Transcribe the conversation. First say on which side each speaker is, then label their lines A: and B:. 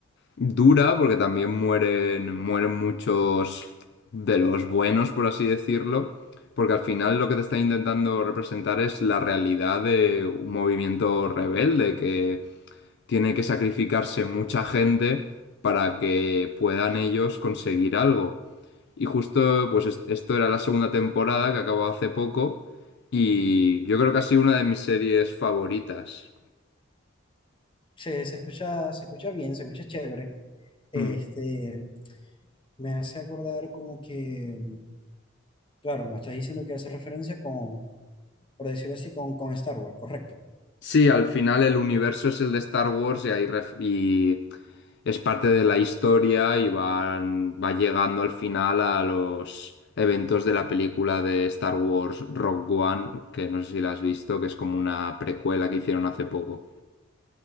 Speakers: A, on the left; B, on the left.
A: dura, porque también mueren, mueren muchos de los buenos, por así decirlo, porque al final lo que te está intentando representar es la realidad de un movimiento rebelde que tiene que sacrificarse mucha gente para que puedan ellos conseguir algo. Y justo, pues est- esto era la segunda temporada que acabó hace poco y yo creo que ha sido una de mis series favoritas.
B: Se, se escucha, se escucha bien, se escucha chévere. Este,
A: Hmm.
B: me hace acordar como que, claro, me estás diciendo que hace referencia con, por decirlo así, con, con Star Wars, correcto.
A: Sí, al final el universo es el de Star Wars y, hay ref- y es parte de la historia y van, va llegando al final a los eventos de la película de Star Wars Rogue One, que no sé si la has visto, que es como una precuela que hicieron hace poco.